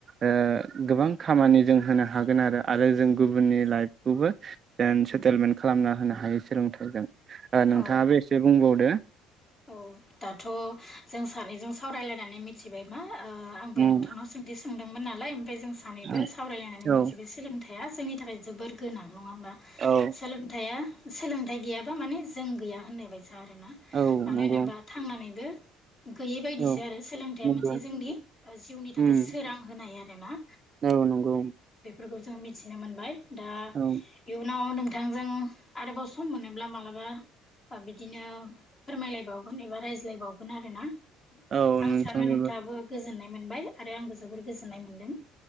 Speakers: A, on the right; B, on the left.
A: ओ गोबां खामानि जों होनो हागोन आरो आरो जों गुबुननि लाइफ खौबो जेन सेटेलमेन्ट खालामना होनो हायो सोलोंथाइजों। ओ नोंथाङाबो
B: औ
A: एसे बुंबावदो।
B: औ दाथ जों सानैजों सावरायलायनानै मिथिबाय मा ओ आंबो
A: उम
B: नोंथांनाव सोंथि सो सोंदोंमोन नालाय जों सानैबो
A: उम
B: सावरायलायनानै
A: औ
B: मिथिबाय सोलोंथाइया जोंनि थाखाय जोबोर गोनां। नङा होमबा
A: औ
B: सोलोंथाइया सोलोंथाइ गैयाबा माने जों गैया होननाय बाय सा आरोना।
A: औ
B: मानो
A: नंगौ
B: होनोबा थांना नैबो गैयै बायदिसो
A: औ
B: आरो सोलोंथाइया
A: नंगौ
B: मोनसे जोंनि ओ जिउनि थाखाय
A: उम
B: सोरां होनाय आरो <unintelligible>
A: औ नंगौ
B: फोरखौ जों मिथिनो मोनबाय दा
A: औ
B: इयुनाव नों थांजों आरोबाव सम मोनोब्ला मालाबा ओ बिदिनो फोरमायलायबावगोन एबा रायज्लायबावगोन आरो ना
A: औ
B: आं
A: नोंथांनोबो
B: सानो नोंथाङाबो गोजोननाय मोन मोनबाय आरो आंबो जोबोर गोजोननाय मोनदों।